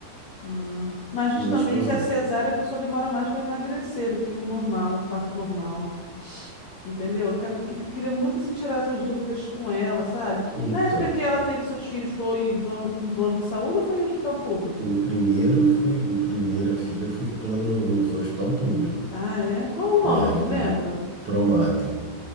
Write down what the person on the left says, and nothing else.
Ah, mas
diz também
que a
cesárea a pessoa demora mais para emagrecer do que o normal, o parto normal. Entendeu? Quero, que- queria muito assim, tirar essas dúvidas com ela, sabe?
Na época que ela teve seus filhos, foi em plano, com plano de saúde ou foi em hospital público?
Ah, é? Qual o nome?
Tu
lembra?